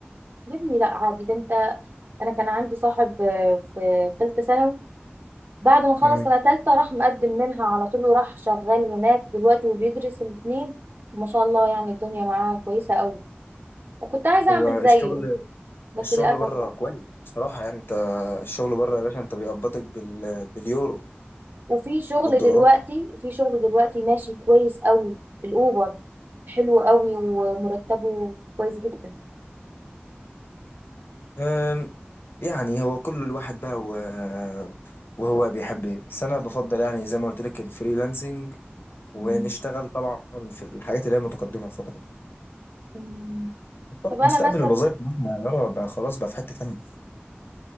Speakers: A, on the right; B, on the left.
A: يا ابني لا عادي ده انت انا كان عندي صاحب آه، في ثالثة ثانوي بعد ما خلص
B: امم
A: سنة تالتة راح مقدم منها على طول وراح شغال هناك دلوقتي وبيدرس الاتنين وما شاء الله يعني الدنيا معاه كويسة قوي كنت عايزة
B: والشغل
A: أعمل زيه بس
B: الشغل
A: للأسف
B: بره
A: بقى
B: كويس بصراحه يعني انت الشغل بره يا باشا انت بيقبضك بال... باليورو
A: وفي شغل
B: والدولارات
A: دلوقتي في شغل دلوقتي ماشي كويس قوي الأوبر حلو قوي ومرتبه كويس جدا
B: أم، يعني هو كل الواحد بقى و- وهو بيحب ايه بس انا بفضل يعني زي ما قلت لك الفريلانسنج ونشتغل
A: مم.
B: طبعا في الحاجات اللي هي متقدمه الفتره دي
A: مم.
B: طبعا
A: طب أنا
B: مستقبل
A: مثلا
B: الوظائف دلوقتي يا يارا بقى خلاص بقى في حته ثانيه